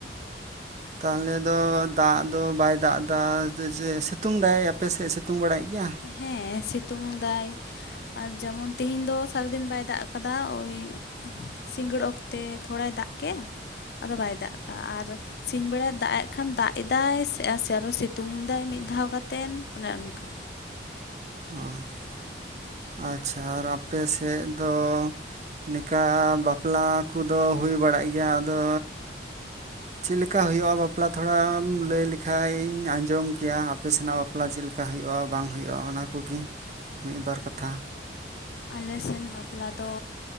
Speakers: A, on the right; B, on the left.
A: ᱛᱟᱦᱞᱮ ᱫᱚ ᱫᱟᱜ ᱫᱚ ᱵᱟᱭ ᱫᱟᱜ ᱮᱫᱟ ᱡᱮ ᱥᱤᱛᱩᱝ ᱫᱟᱭ ᱟᱯᱮᱥᱮᱜ ᱥᱤᱛᱩᱝ ᱵᱟᱲᱟᱭᱮᱜ ᱜᱮᱭᱟ᱾
B: ᱦᱮᱸ ᱥᱤᱛᱩᱝ ᱫᱟᱭ᱾ ᱟᱨ ᱡᱮᱢᱚᱱ ᱛᱤᱦᱤᱧ ᱫᱚ ᱥᱟᱨᱟ ᱫᱤᱱ ᱵᱟᱭ ᱫᱟᱜ ᱠᱟᱫᱟ ᱳᱭ᱾ ᱥᱤᱸᱜᱟᱹᱲ ᱚᱠᱛᱮ ᱛᱷᱚᱲᱟᱭ ᱫᱟᱜ ᱠᱮᱜ-ᱟ ᱟᱫᱚ ᱵᱟᱭ ᱫᱟᱜ ᱠᱟᱜ-ᱟ ᱟᱨ᱾ ᱥᱤᱧ ᱵᱮᱲᱟᱭ ᱫᱟᱜ ᱮᱜ ᱠᱷᱟᱱ ᱫᱟᱜ ᱮᱫᱟᱭ ᱥᱮ ᱥᱮ ᱟᱨᱚ ᱥᱤᱛᱩᱝ ᱫᱟᱭ ᱢᱤᱫ ᱫᱷᱟᱣ ᱠᱟᱛᱮᱱ ᱚᱱᱮ ᱚᱱᱠᱟ᱾
A: ᱚ ᱟᱪᱪᱷᱟ ᱟᱨ ᱟᱯᱮ ᱥᱮᱜ ᱫᱚ᱾ ᱱᱤᱠᱟ ᱵᱟᱯᱞᱟ ᱠᱚᱫᱚ ᱦᱩᱭ ᱵᱟᱲᱟᱜ ᱜᱮᱭᱟ ᱟᱫᱚ᱾ ᱪᱮᱫ ᱞᱮᱠᱟ ᱦᱩᱭᱩᱜᱼᱟ ᱵᱟᱯᱞᱟ ᱛᱷᱚᱲᱟᱢ ᱞᱟᱹᱭ ᱞᱮᱠᱷᱟᱧ ᱤᱧ ᱟᱸᱡᱚᱢ ᱠᱮᱭᱟ ᱟᱯᱮ ᱥᱮᱱᱟᱜ᱾ ᱵᱟᱯᱞᱟ ᱪᱮᱫ ᱞᱮᱠᱟ ᱦᱩᱭᱩᱜ-ᱟ ᱵᱟᱝ ᱦᱩᱭᱩᱜ-ᱟ ᱚᱱᱟ ᱠᱚᱜᱤ ᱢᱤᱜ ᱵᱟᱨ ᱠᱟᱛᱷᱟ᱾
B: ᱟᱞᱮ ᱥᱮᱱ ᱵᱟᱯᱞᱟ ᱫᱚ